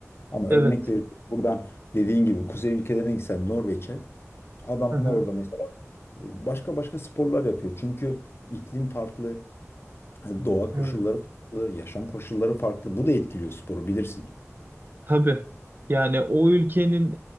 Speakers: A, on the left; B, on the right.
A: Ama örnek
B: evet.
A: veriyorum buradan dediğin gibi kuzey ülkelerine gitsen Norveç'e adamlar
B: Hı hı,
A: orada mesela başka başka sporlar yapıyor. Çünkü iklim farklı, doğa koşulları
B: evet.
A: farklı, yaşam koşulları farklı. Bu da etkiliyor sporu bilirsin.
B: Tabii. Yani o ülkenin